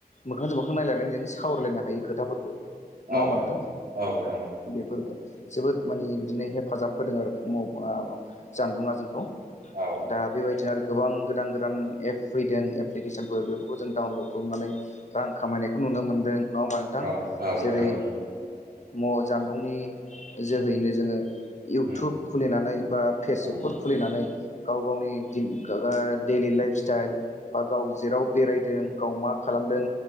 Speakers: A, on the left; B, on the right.
A: मोखांजों मोखां नायलायनानै जोङो सावरायलायनो हायो खोथाफोरखौ। नङा
B: औ
A: होमबा
B: औ
A: नोंथां
B: औ नोंथां औ नोंथां औ नोंथां औ
A: बेफोरबो जोबोद माने बिदिनो हेफाजाब होदों आरो जानबुंङा जोंखौ।
B: औ
A: दा बेबायदिनो आरो गोबां गोदान गोदान एप फैदों एप्लिकेसनफोर बेफोरखौ जों डाउनलड खालामनानै रां खामायनायखौ नुनो मोनदों। नङा होमबा नोंथां
B: औ औ नोंथां
A: जेरै
B: औ
A: ओ जानबुंनि जोहैनो जोङो
B: औ
A: इउटुब खुलिनानै बा फेसबुकफोर
B: नोंथां औ नोंथां
A: खुलिनानै गाव गावनि दिन डेलि लाइफ स्टाइल बा गाव जेराव बेरायदों गाव मा खालामदों